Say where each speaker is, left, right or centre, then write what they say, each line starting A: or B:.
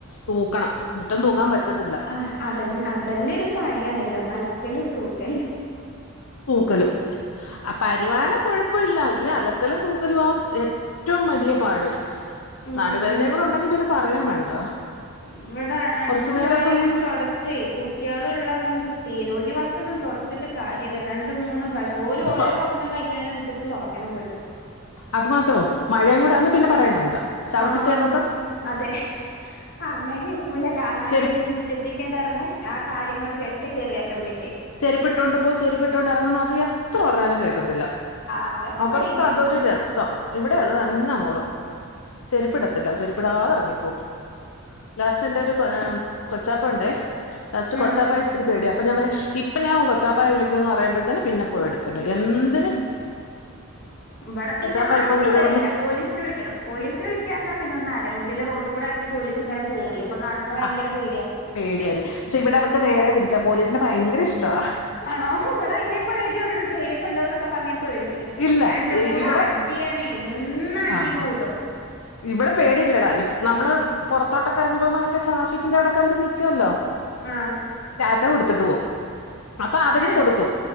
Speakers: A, on the left; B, on the left.
A: തൂക്കണം മുറ്റം തൂക്കാൻ പറ്റത്ത
B: ആ അത് അതന്നെ ഒരു പണിയാണല്ലോ അലക്കലും തൂക്കലും
A: തൂക്കലും പരുവാടി കുഴപ്പല്ല ഈ അലക്കലും തൂക്കലും ആ ഏറ്റ് ഏറ്റവും വലിയ പാട്
B: ഉം
A: നാടുവേദന കൂടെ ഉണ്ടെങ്കിൽ പിന്നെ പറഴും വേണ്ട
B: ഇവിടെ അടിച്ചു
A: കുറച്ചു നേരമൊക്കെ
B: വാരി അങ്ങട്ട്
A: നിന്ന്
B: തുടച്ചേ കുട്ടികളുള്ള എന്ത് തീരെ ഒരു വട്ടം ഒന്നും തുടച്ചിട്ട് കാര്യല്ല രണ്ട് മൂന്നും പ്രാവശ്യം ഓല് ഓരോ
A: ആ
B: ഭക്ഷണം കഴിക്കുന്നതിനനുസരിച്ച് തുടയ്ക്കണം പോയിട്ട്
A: അത് മാത്രോ മഴയുടെ ആന്ന് പിന്നെ പറയാൻ വേണ്ട ചവിട്ടിത്തേക്കൊക്കെ
B: ആഹ് അതെ പറഞ്ഞാ കേക്കൂല കാണാതെണെങ്കിലും
A: ചെരുപ്പ്
B: മു ഒറ്റത്തിക്കേണ്ടിറങ്ങും ആ കാലും കൊണ്ട് രറ്റ കയറിയല്ലോ ഉള്ളിക്ക്
A: ചെരുപ്പിട്ടൊണ്ട് പോ ചെരുപ്പിട്ടൊണ്ട് ഇറങ്ങെന്ന് പറഞ്ഞാ എത്ര പറഞ്ഞാലും കേക്കൂല.
B: അതൊക്കെ
A: അവർക്ക്
B: ഇവിടിണ്ട്
A: അതൊരു രസം ഇവിടെ അത് തന്നെ
B: ഉം
A: മോള് ചെരിപ്പിടത്തില്ല ചെരിപ്പിടാതെ ഇറങ്ങിപ്പോവും ലാസ്റ്റ് എന്റെ ഒരു പ കൊച്ചാപ്പ ഉണ്ടേ ലാസ്റ്റ്
B: ആഹ്
A: കൊച്ചാപ്പ ഇത്തിരി പേടി അപ്പൊ ഞാൻ പറിം ഇപ്പൊ ഞാൻ കൊച്ചാപ്പായ വിളിക്കുംന്ന് പറയുമ്പോഴത്തേനും പിന്നെ പോയി എടുത്തിട്ട് എന്നും
B: ഉം ഇവിടെ പിന്നെ
A: കൊച്ചാപ്പ
B: ആരും
A: ഇപ്പൊ വിളിക്കാൻ
B: പോേടിയില്ല
A: പറഞ്ഞു
B: പോലീസിന് വിളിക്കണം പോലീസിന് വിളിക്കാന്ന് പറഞ്ഞാ പിന്നെ ഒന്ന് അടങ്ങും ഇതിലെ റോട്ട് കൂടെ ഇടക്ക് പോലീസ് ഇങ്ങനെ പോകും അപ്പൊ കാണുമ്പോ ഭയങ്കരപേടിയാ
A: ആ പേടിയല്ലേ പക്ഷേ ഇവിടെ അവക്ക് നേരെ തിരിച്ചാ പോലീസിിനെ ഭയങ്കര ഇഷ്ടവാ
B: ആണോവിട ഇനിം പേടേുള്ളൂ ജയില കൊണ്ടോന്നൊക്കെ പറഞ്ഞാ പേട ക്കും
A: ഇല്ല
B: രണ്ടും
A: ഈ-
B: കൂടെ
A: ഇവിടെ
B: അടിയണ നിന്ന അടി
A: ആ
B: കൂടും
A: ഇവിടെ പേടിയില്ലെടാ നമ്മള് പുറത്തോട്ടൊക്കെ ഇറങ്ങുമ്പോ മാറ്റേ ട്രാഫിക്കിന്റെ അവിടെയൊകേ അവര് നിൽക്കുല്ലോ
B: ആഹ്
A: റ്റാറ്റ കൊടുത്തിട്ട് പോവും അപ്പൊ അവരും
B: ഏഹ്
A: കൊടുക്കും